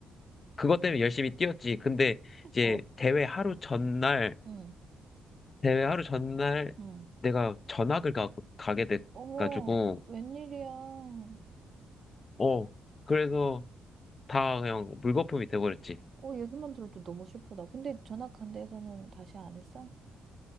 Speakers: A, on the left; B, on the right.
A: 그것 때문에 열심히 뛰었지. 근데 이제
B: 어,
A: 대회 하루 전날,
B: 응,
A: 대회 하루 전날
B: 응.
A: 내가 전학을 가, 가게 돼가지고,
B: 어머, 웬일이야. 어,
A: 어, 그래서 다 그냥 물거품이 돼버렸지.
B: 얘기만 들어도 너무 슬프다. 근데 전학한 데에서는 다시 안 했어?